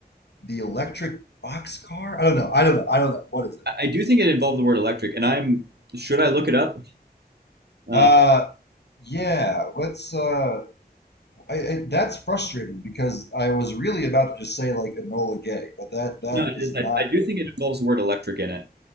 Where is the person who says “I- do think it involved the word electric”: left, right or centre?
Right